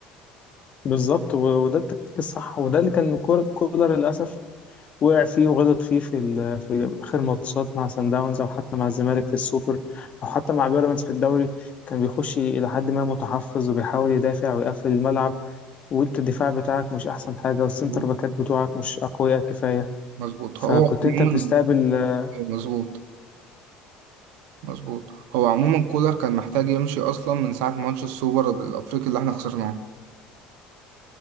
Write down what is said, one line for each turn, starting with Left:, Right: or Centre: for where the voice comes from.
Left: بالظبط و- وده التكتيك الصح وده اللي كان كور- كولر للأسف وقع فيه وغلط فيه في ال- في آخر ماتشات مع سان داونز أو حتى مع الزمالك في السوبر أو حتى مع بيراميدز في الدوري كان بيخش إلى حد ما متحفظ وبيحاول يدافع ويقفل الملعب وانت الدفاع بتاعك مش احسن حاجه والسنتر
Right: مظبوط
Left: باكات بتوعك مش اقوياء كفايه
Right: مظبوط
Left: فكنت
Right: هو عموما
Left: انت بتستقبل آه،
Right: مظبوط مظبوط هو عموما كولر كان محتاج يمشي اصلا من ساعه ماتش السوبر الافريقي اللي احنا خسرناه